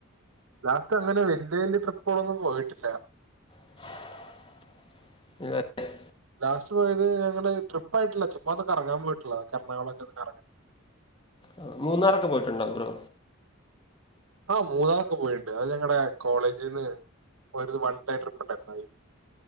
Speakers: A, on the right (about 70°); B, on the left (about 25°).
A: ലാസ്റ്റ് അങ്ങനെ വല്യ വല്യ ട്രിപ്പ്പോളൊന്നും പോയിട്ടില്ല
B: <unintelligible>
A: ലാസ്റ്റ് പോയത് ഞങ്ങള് ട്രിപ്പായിട്ടല്ല ചുമ്മാ ഒന്ന് കറങ്ങാൻ പോയിട്ടുള്ളത കറണാകുളൊക്ക ഒന്ന് കറങ്ങൻ
B: ആ മൂന്നാറൊക്കെ പോയിട്ടുണ്ടോ ബ്രോ
A: ആഹ് മൂന്നാറൊക്കെ പോയിണ്ട് അത് ഞങ്ങളടെ കോളേജിന്ന് ഒരു വൺ ഡേ ട്രിപ്പ് ഉണ്ടായിരുന്ന